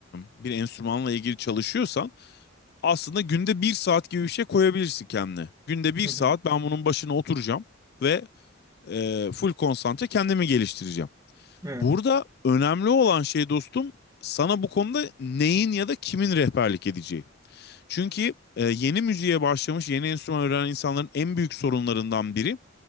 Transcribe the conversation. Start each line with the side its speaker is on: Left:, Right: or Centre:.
Left: bir enstrümanla ilgili çalışıyorsam Aslında günde bir saat gibi bir şey koyabilirsin kendine. Günde bir
Right: Hı
Left: saat
Right: hı.
Left: ben bunun başına oturacağım ve e, full konsantre kendimi geliştireceğim.
Right: Evet.
Left: Burada önemli olan şey dostum sana bu konuda neyin ya da kimin rehberlik edeceği. Çünkü e, yeni müziğe başlamış, yeni enstrüman öğrenen insanların en büyük sorunlarından biri